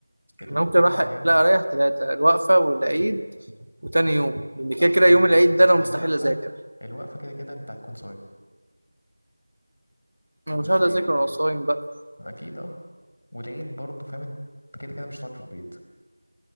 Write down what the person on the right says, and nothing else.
انا ممكن راح
لا اريح ثلاثه الوقفه والعيد وتاني يوم لان كده
كده يوم
العيد ده
انا مستحيل
اذاكر
انا مش
هقعد اذاكر وانا صايم بقى